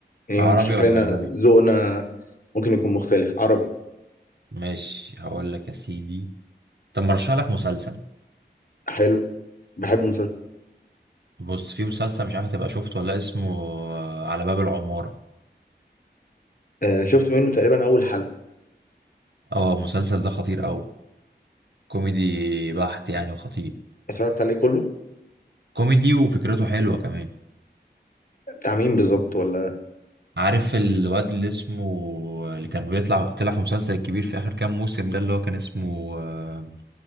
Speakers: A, on the left (about 50°); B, on the right (about 70°).
A: يعني
B: عربي
A: شكلنا
B: ولا أجنبي؟
A: ذوقنا ممكن يكون مختلف عربي
B: ماشي هقول لك يا سيدي طب ما ارشح لك مسلسل
A: حلو بحب مسلسل
B: بص في مسلسل مش عارف هتبقى شفته ولا لأ، اسمه آه، على باب العمارة
A: آه شفت منه تقريبا اول حلقه
B: اه المسلسل ده خطير أوي كوميدي بحت يعني وخطير
A: اتفرجت عليه كله
B: كوميدي وفكرته حلوة كمان
A: بتاع مين بالظبط ولا
B: عارف الواد اللي اسمه اللي كان بيطلع طلع في مسلسل الكبير في اخر كام موسم ده اللي هو كان اسمه آه،